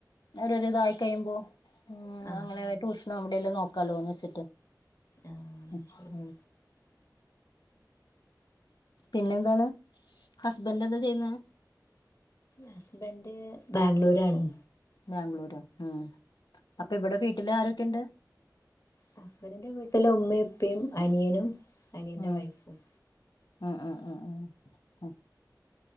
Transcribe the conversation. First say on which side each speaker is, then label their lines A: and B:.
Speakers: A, on the left; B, on the left.
A: അവര് ഒരു ഇതായി കഴിയുമ്പോ ഉം
B: ആഹ്
A: അങ്ങനെ <unintelligible> ട്യൂഷനോ എല്ലോ നോക്കാലോന്ന് വെച്ചിട്ട്
B: ആഹ്
A: ഉം
B: ശരി
A: പിന്നെ എന്താണ് ഹസ്ബൻറ് എന്താ ചെയ്യുന്നേ
B: ഹസ്ബൻഡ് ബേഗ്ലൂരാണ്
A: ബേഗ്ലൂരൊ ഉം അപ്പ ഇവടെ വീട്ടില് ആരൊക്കെയുണ്ട്
B: ഹസ്ബന്റ്റിന്റെ വീട്ടില് ഉമ്മയും ഉപ്പയും അനിയനും അനിയന്റെ
A: ഉം
B: വൈഫും
A: ഉം ഉം ഉം ഉം